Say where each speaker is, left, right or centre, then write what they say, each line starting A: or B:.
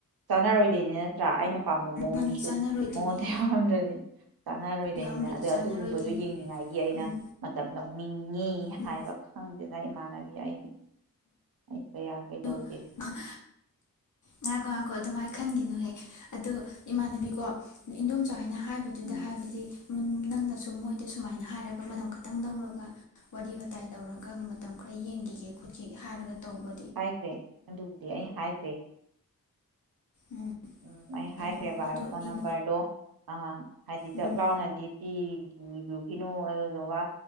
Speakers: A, on the right; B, on the left.
A: ꯆꯥꯟꯅꯔꯣꯏꯗꯣꯏꯅꯦ ꯅꯠꯇ꯭ꯔꯥ ꯑꯩꯅ ꯄꯥꯝꯕ ꯃꯑꯣꯡꯗꯨꯁꯨ
B: ꯃꯅꯤ ꯆꯥꯟꯅꯔꯣꯏꯗꯣꯏꯅꯤ
A: ꯃꯉꯣꯟꯗ ꯌꯥꯎꯔꯝꯗꯅꯤ ꯆꯥꯟꯅꯔꯣꯏꯗꯣꯏꯅꯤꯅ
B: ꯌꯥꯎꯔꯝꯗ꯭ꯔꯗꯤ
A: ꯑꯗ
B: ꯆꯥꯟꯅꯔꯣꯏꯗꯣꯏꯅꯤ
A: ꯑꯗꯨꯒꯨꯝꯕꯗꯨꯣ ꯌꯦꯡꯅꯤꯡꯉꯥꯏꯒꯤ ꯑꯩꯅ
B: ꯎꯝ
A: ꯃꯇꯝ ꯂꯧꯅꯤꯡꯏꯤ
B: ꯎꯝ
A: ꯍꯥꯏꯕ ꯈꯪ ꯑꯗꯨꯗꯥꯏ ꯃꯥꯅꯕꯤ ꯑꯩ ꯑꯩ ꯀꯌꯥ ꯀꯩꯗꯧꯗꯦ
B: <unintelligible> ꯉꯥꯢꯈꯣ ꯉꯥꯢꯈꯣ ꯑꯗꯨꯃꯥꯏ ꯈꯟꯒꯤꯅꯨꯍꯦ ꯑꯗꯨ ꯏꯃꯥꯟꯅꯕꯤꯀꯣ ꯏꯟꯗꯣꯝꯆꯥ ꯍꯣꯢꯅ ꯍꯥꯏꯕꯗꯨꯗ
A: ꯎꯝ
B: ꯍꯥꯏꯕꯗꯤ ꯅꯪꯅꯁꯨ ꯃꯣꯏꯗ ꯁꯨꯃꯥꯏꯅ ꯍꯥꯏꯔꯒ ꯃꯇꯝ ꯈꯛꯇꯪ ꯂꯧꯔꯒ ꯋꯥꯔꯤ ꯋꯥꯇꯥꯏ ꯇꯧꯔꯒ ꯃꯇꯝ ꯈꯔ ꯌꯦꯡꯈꯤꯒꯦ ꯈꯣꯠꯈꯤꯒꯦ ꯍꯥꯏꯔꯒ ꯇꯧꯕ
A: ꯍꯥꯏꯒ꯭ꯔꯦ ꯑꯗꯨꯕꯨꯗꯤ ꯑꯩ ꯍꯥꯏꯒ꯭ꯔꯦ
B: ꯎꯝ
A: ꯎꯝ ꯑꯩ ꯍꯥꯏꯒ꯭ꯔꯦꯕ
B: ꯑꯗꯨꯝ ꯑꯗꯣ
A: ꯐꯣꯟ
B: ꯎꯝ
A: ꯅꯝꯕꯔꯗꯣ ꯑ ꯍꯥꯏꯗꯤ ꯗꯛ
B: ꯎꯝ
A: ꯂꯥꯎꯅꯗꯤ ꯄꯤ ꯔꯨꯒꯤꯅꯨ ꯑꯗꯨꯗꯨꯒ